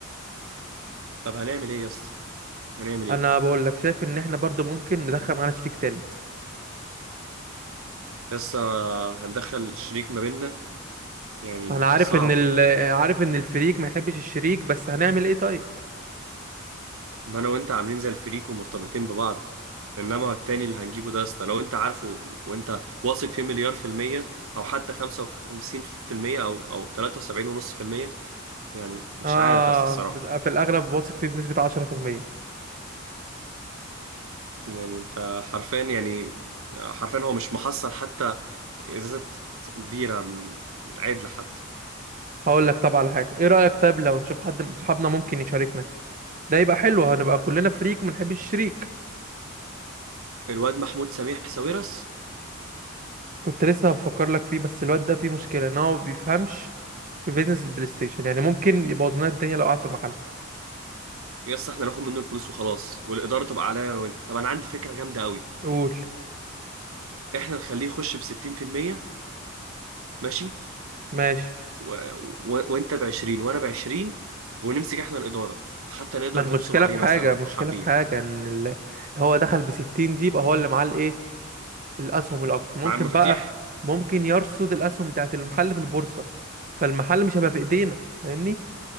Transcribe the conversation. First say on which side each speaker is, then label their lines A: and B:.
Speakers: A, on the right; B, on the right.
A: طب هنعمل ايه يا اسطى هنعمل ايه
B: انا بقول لك شايف ان احنا برضو ممكن ندخل معانا شريك تالت
A: لسه هندخل الشريك ما بيننا يعني
B: انا عارف
A: صعب
B: ان ال... عارف ان الفريق ما يحبش الشريك بس هنعمل ايه طيب
A: ما انا وانت عاملين زي الفريق ومرتبطين ببعض انما التاني اللي هنجيبه ده اسطى لو انت عارفه وانت واثق فيه مليار في المية او حتى خمسة وخمسين في المية او او تلاتة وسبعين ونص في المية يعني مش
B: انا
A: عارف يا اسطى الصراحة
B: بت- في الاغلب واثق فيه بنسبة 10%
A: يعني انت حرفيا يعني حرفيا هو مش محصل حتى ازازة بيرة م- عدل حتى
B: هقول لك طب على حاجة ايه رأيك طب لو نشوف حد من صحابنا ممكن يشاركنا ده يبقى حلو هنبقى كلنا فريق وما نحبش الشريك
A: الواد محمود سميح ساويرس
B: كنت لسه بفكر لك فيه بس الواد ده فيه مشكلة ان هو ما بيفهمش في بيزنس البلاي ستيشن يعني ممكن يبوظ لنا الدنيا لو قعد في المحل
A: يس احنا ناخد منه الفلوس وخلاص والاداره تبقى عليا انا وانت طب انا عندي فكره جامده قوي
B: قول
A: احنا نخليه يخش ب 60% ماشي
B: ماشي
A: و... و... وانت ب 20 وانا ب 20 ونمسك احنا الاداره حتى نقدر
B: ما المشكلة
A: ننصب عليه
B: في
A: مثلا
B: حاجة
A: لو
B: المشكلة
A: حابين
B: في حاجة ان ال- اللي هو دخل بستين دي يبقى هو اللي معاه الايه الاسهم الاكتر ممكن
A: مع المفاتيح
B: بقى ممكن يرصد الاسهم بتاعت المحل في البورصة فالمحل مش هيبقى في ايدينا فاهمني